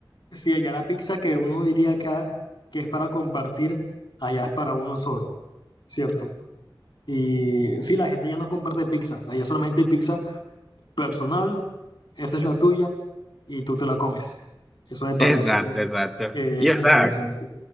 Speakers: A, on the left; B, in the centre.
A: sí allá la pizza que uno diría acá que es para compartir, allá es para uno solo, ¿cierto? Y sí, la gente ya no comparte pizza, allá solamente hay pizza personal, esa es la tuya y tú te la comes. Eso me parece
B: Exacto, exacto.
A: eh,
B: Y o
A: interesante.
B: sea,